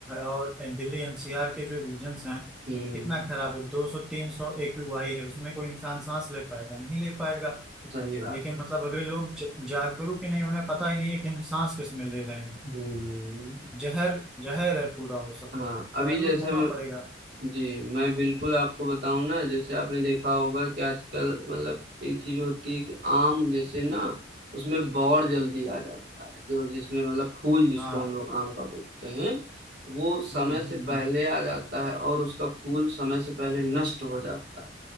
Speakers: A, in the centre; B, on the right.
A: और दिल्ली एनसीआर के जो रीजन्स हैं
B: हम्म
A: कितना खराब है दो सौ तीन सौ एक्यूआई है उसमें कोई इंसान सांस ले पाएगा नहीं ले पाएगा
B: सही बात
A: लेकिन
B: है
A: मतलब अभी लोग ज- जागरूक ही नहीं उन्हें पता ही नहीं है कि हम सांस किस में ले रहे हैं
B: हम्म
A: जहर जहर है पूरा वो सब
B: हाँ
A: कुछ जागरूक
B: अभी जैसे
A: होना पड़ेगा
B: जी मैं बिल्कुल आपको बताऊं ना जैसे आपने देखा होगा कि आजकल मतलब एक चीज होती है कि आम जैसे ना उसमें बौर जल्दी आ जाता है जो जिसमें मतलब फूल जिसको
A: हाँ
B: हम लोग आम का बोलते हैं वो समय
A: हम्म हम्म
B: से
A: हम्म,
B: पहले आ जाता है और उसका फूल समय से पहले नष्ट हो जाता है